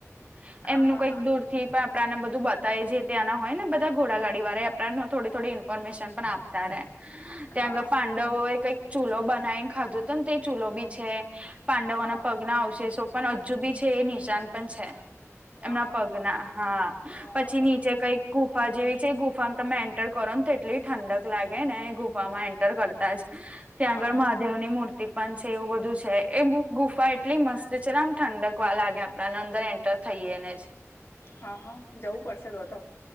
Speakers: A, on the right (about 25°); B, on the left (about 55°).
A: -
B: હા
A: એમનું
B: હા
A: કઈક
B: હા
A: દૂર થી પા- - આપણાને બધું બતાય જે તે્યાંના હોય ને બધા ઘોડાગાડી વાળ આપને થોડી થોડી ઇન્ફોર્મેશન પણ આપતા રહેે. ત્યાં
B: હા
A: આગળ પાંડવો એ કઈક ચૂલો બનાવીને ખાધું હત ને તે ચૂલો બી છે. પાંડવના
B: હા હા
A: પગના આવશે શો પણ હજુ બી છે એ નિશાન પણ છે. એમના
B: આહા
A: પગના હા
B: અ
A: પછી નીચે કઈક- - ગુફા જેવી છે એ ગુફામાં તમે એન્ટર કરો ને તો એટલી ઠંડક લાગે ને એ ગુફ- - ર કરતા જ ત્યાં
B: આહા
A: આગળ- - દેવ ની મૂર્તિ પણ છે એવું બધું છે એ બ ગુફા એટલી મસ્ત છે આમ ઠંડકવા લાગેમ- - આપડાને અંદર એન્ટર થઈએને જ.
B: હા હા જવું પડશે તો વધ.